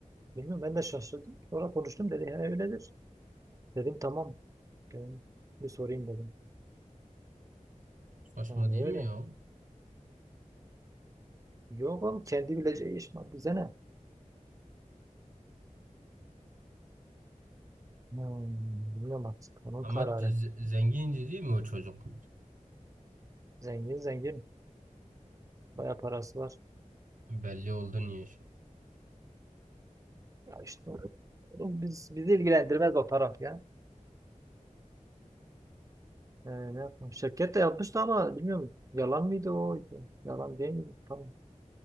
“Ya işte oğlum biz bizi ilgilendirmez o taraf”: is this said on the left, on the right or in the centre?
Right